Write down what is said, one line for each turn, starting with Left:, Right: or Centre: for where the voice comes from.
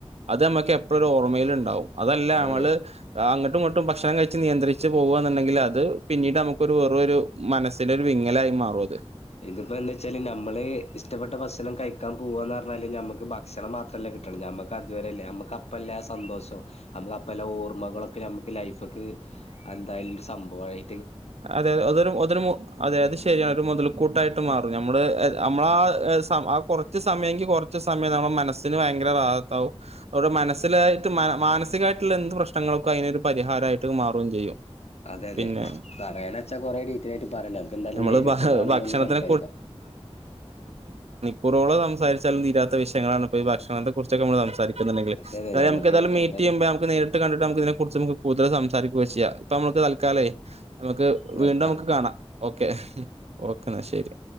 Right: അത് നമ്മുക്ക് എപ്പഴും ഓർമ്മയിലുണ്ടാവും അതല്ല
Left: അതെ
Right: മ്മള്
Left: അതെ
Right: അങ്ങട്ടും ഇങ്ങോ ട്ടും ഭക്ഷണം കഴിച്ച് നിയന്ത്രിച്ച് പോവ്വ്വാ ന്നുണ്ടെങ്കിൽ അത് പിന്നീട് നമുക്കൊരു വേറൊരു മനസ്സിലൊരു വിങ്ങലായി മാറും അത്
Left: ഇതിപ്പോ എന്താച്ചാല് നമ്മള് ഇഷ്ടപ്പെട്ട ഭക്ഷണം കഴിക്കാൻ പോവന്ന് പറഞ്ഞാല് നമ്മുക്ക് ഭക്ഷണം മാത്രല്ല കിട്ടണേ ഞമ്മക്ക് അതുവരെല്ലേ അമ്മുക്ക് അപ്പ അല്ലെ ആ സന്തോഷം അമ്മുക്ക് അപ്പല്ലെ ഓർമ്മകളൊക്കെ ഞമ്മുക്ക് ലൈഫ്ക്ക് അന്തായാലും ഒരു സംഭവായി
Right: അതെയതെ അതൊരു മു അതൊരു മു അതെ അത് ശരിയാണ് ഒരു മൊതൽ കൂട്ടായിട്ട് മാറും ഞമ്മള്
Left: അതെ അതെ
Right: മ്മളെ ആ സ ആ കൊറച്ച് സമയെങ്കി കൊറ ച്ച് സമയം നമ്മുടെ മനസിന് ഭയങ്കര വാവത്താവും അവരുടെ മനസ്സിലായിട്ട് മാനസികമായിട്ടുള്ള എന്ത് പ്രശ്നങ്ങ നൊക്കെ അയിനേത് പരിഹാരായിട്ട് മാറോം ചെയ്യും
Left: അതെയതെ
Right: പിന്നെ
Left: ക ണേനേച്ചാ കൊറെ ഡീറ്റെലായിട്ട് പറയണ്ടെ നമുക്ക് എന്തായാലും
Right: നമ്മള്
Left: നേരിട്ട്
Right: ഭ
Left: കാണുമ്പോ
Right: ഭക്ഷണത്തിനെ
Left: ഒന്ന് സംസാരിക്കാം
Right: കുറോള സംസാരിചാലും തീരാത്ത വിഷയങ്ങളാണ് ഇപ്പോ ഈ ഭക്ഷണത്തെ കുറിച്ചക്കെ നമ്മൾ സംസാരിക്കും ണ്ടെിൽ
Left: അതെ അതെ നമുക്ക്
Right: നമക്ക്തായാല മീറ്റ്
Left: എന്തായാലും
Right: ചെയ്യുമ്പോ നമ്മുക്ക് നേരിട്ട് കണ്ടിട്ട് നമ്മുക്ക് ഇതിനെ കുറിച് കൂടുതൽ സംസാരിക്ക ഒക്കെ ചെയ്യാം ഇപ്പ നമ്മുക്ക് തൽക്കാലേ നമുക്ക്
Left: നിർത്താം
Right: വീണ്ടും നമുക്ക് കാണാം ഓക്കെ ഓക്കേ എന്നാ ശരി